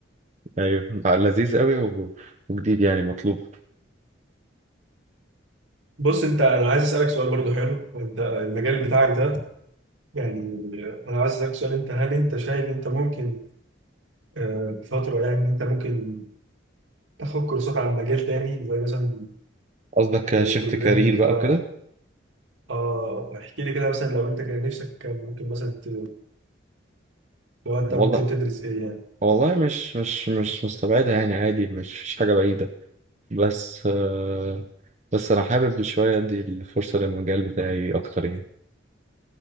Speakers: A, on the right; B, on the right.
A: ايوه بقى لذيذ قوي و- وجديد يعني مطلوب
B: بص انت انا عايز اسالك سؤال برضو حلو ده المجال بتاعك ده يعني انا عايز اسالك سؤال انت هل انت شايف انت ممكن آه، بفتره يعني ان انت ممكن تاخد كورسات عن مجال تاني زي مثلا
A: قصدك
B: البروجرامنج
A: شفت كارير بقى
B: بقى
A: وكده
B: اه احكي لي كده مثلا لو انت كان نفسك كان ممكن مثلا ت- لو انت
A: والله
B: ممكن تدرس ايه
A: والله مش مش مش مستبعدة يعني عادي مش مش حاجة بعيدة بس آه، بس أنا حابب شوية أدي الفرصة للمجال بتاعي أكتر يعني